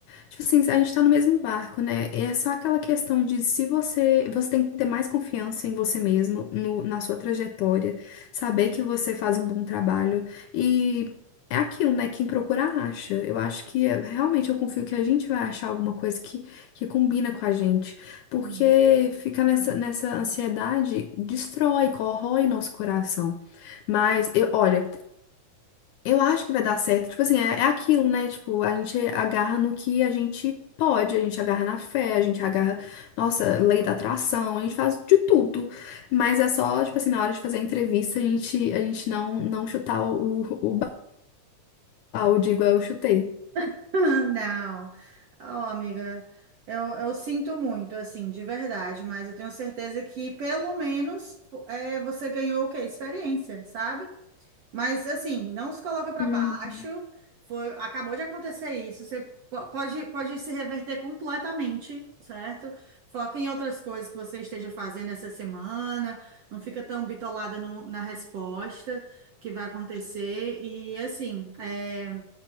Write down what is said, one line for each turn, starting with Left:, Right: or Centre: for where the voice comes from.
Left: Tipo assim, a gente tá no mesmo barco, né? É só aquela questão de se você, você tem que ter mais confiança em você mesmo, no, na sua trajetória, saber que você faz um bom trabalho e é aquilo, né? Quem procura acha. Eu acho que é- realmente eu confio que a gente vai achar alguma coisa que, que combina com a gente, porque
Right: sim.
Left: ficar nessa, nessa ansiedade destrói, corrói nosso coração. Mas eu, olha eu acho que vai dar certo. Tipo assim, é, é aquilo, né? Tipo, a gente agarra no que a gente pode, a gente agarra na fé, a gente agarra, nossa, lei da atração, a gente faz de tudo. Mas é só, tipo assim, na hora de fazer a entrevista, a gente, a gente não, não chutar o, o balde igual eu chutei.
Right: <laughs> não, oh, amiga, eu, eu sinto muito, assim, de verdade, mas eu tenho certeza que pelo menos é, você ganhou o quê? Experiência, sabe? Mas assim, não se coloca para
Left: Uhum.
Right: baixo. Foi, acabou de acontecer isso. Você po- pode, pode se reverter completamente, certo? Foca em outras coisas que você esteja fazendo essa semana. Não fica tão bitolada no- na resposta que vai acontecer. E assim, é,